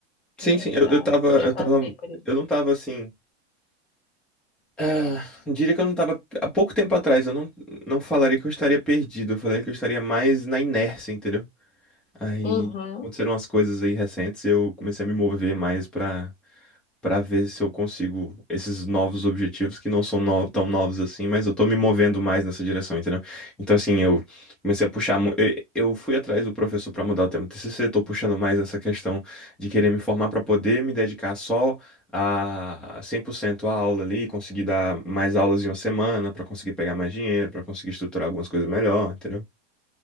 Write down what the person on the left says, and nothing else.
É,
já,
já
passei
por isso.
Uhum.